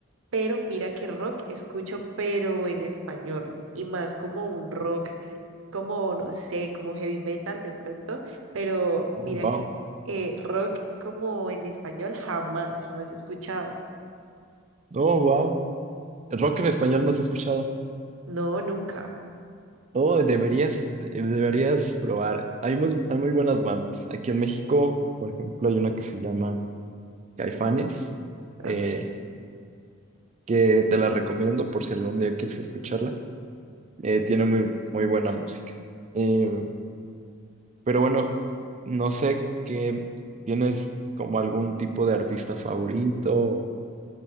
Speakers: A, on the right (about 75°); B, on the right (about 35°).
A: pero mira que rock escucho, pero en español y más como un rock como, no sé, como heavy metal de pronto, pero
B: wow.
A: mira que eh, rock como en español jamás, jamás he escuchado.
B: Oh, wow. El rock en español no has escuchado.
A: No, nunca.
B: Oh, deberías, eh, deberías probar. Hay muy, hay muy buenas bandas. Aquí en México, por ejemplo, hay una que se llama Caifanes,
A: Ok.
B: eh, que te la recomiendo por si algún día quieres escucharla. Eh, tiene muy, muy buena música. Eh, pero bueno, no sé qué tienes como algún tipo de artista favorito,